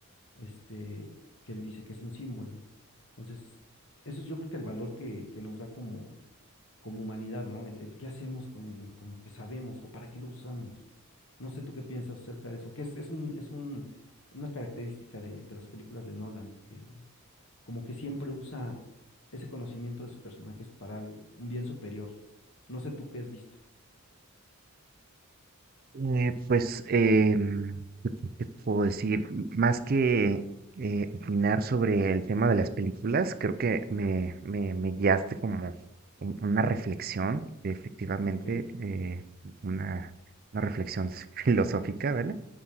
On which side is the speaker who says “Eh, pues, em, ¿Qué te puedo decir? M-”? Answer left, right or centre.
Right